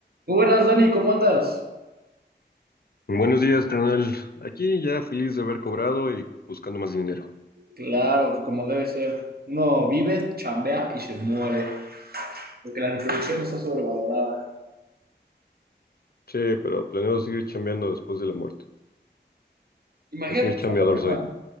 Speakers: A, on the right; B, on the left.
A: Muy buenas, Dani, ¿cómo andas?
B: Buenos días, carnal. Aquí ya feliz de haber cobrado y buscando más dinero.
A: Claro, que como debe ser. Uno vive, chambea y se muere. Porque la reproducción está sobrevalorada.
B: Sí, pero planeo seguir chambeando después de la muerte.
A: Imagínate
B: Así de chambeador
A: chambearla.
B: soy.